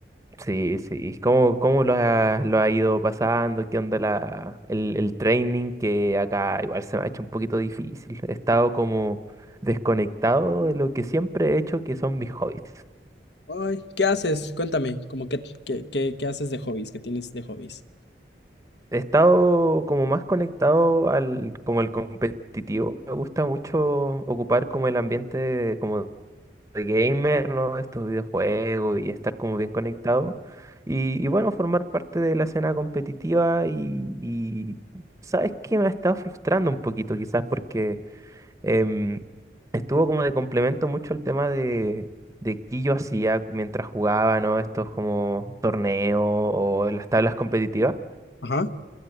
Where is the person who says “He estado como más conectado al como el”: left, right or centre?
Right